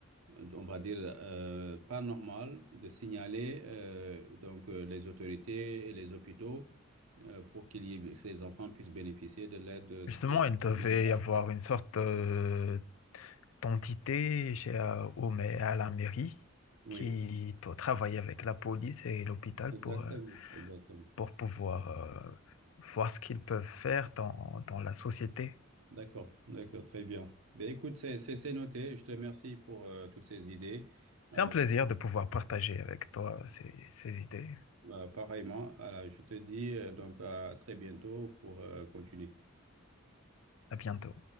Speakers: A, on the right; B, on the left.
A: euh, on va dire, euh, pas normal de signaler euh, donc euh, les autorités et les hôpitaux euh, pour qu'il y ait- que ces enfants puissent bénéficier de l'aide euh, psychologique
B: Justement, il devait
A: et médicale.
B: y avoir une sorte euh, d'entité chez, euh, au ma- à la mairie
A: Oui,
B: qui doit travailler avec la police et l'hôpital
A: exactement,
B: pour, euh,
A: exactement.
B: pour pouvoir euh, voir ce qu'ils peuvent faire dans, dans la société.
A: D'accord, d'accord, très bien. Ben, écoute, c'est c'est- c'est noté. Je te remercie pour euh, toutes ces idées.
B: C'est
A: Alors,
B: un plaisir de pouvoir partager avec toi ces, ces idées.
A: euh, pareillement, alors, je te dis euh, donc à très bientôt pour euh, continuer.
B: À bientôt.